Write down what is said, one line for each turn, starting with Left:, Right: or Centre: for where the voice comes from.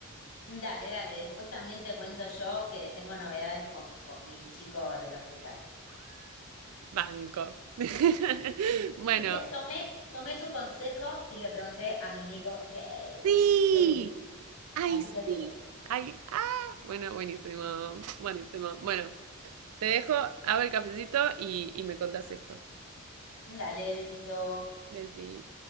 Left: Dale, dale, después también te cuento yo que tengo novedades con, con mi chico del hospital.
Right: Banco. <laughs> Bueno,
Left: Hice, tomé, tomé tu consejo y le pregunté a mi amigo gay
Right: Sí,
Left: qué opina.
Right: ay,
Left: Así
Right: sí.
Left: que hoy te cuento.
Right: ay, ah, bueno, buenísimo, buenísimo. Bueno, te dejo, hago el cafecito y, y me contás esto.
Left: Dale, besito.
Right: Besí.